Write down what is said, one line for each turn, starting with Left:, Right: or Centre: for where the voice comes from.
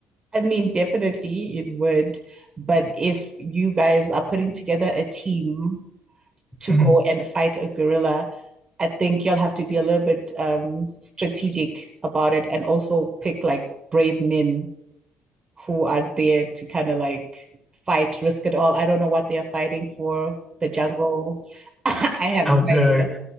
Right: I mean, definitely it would. But if you guys are putting together a team to
Centre: Mhm.
Right: go and fight a gorilla, I think you'll have to be a little bit um, strategic about it and also pick like brave men who are there to kind of like fight, risk it all. I don't know what they are fighting for, the jungle. <laughs> I have
Centre: I'm
Right: no
Centre: there.
Right: idea.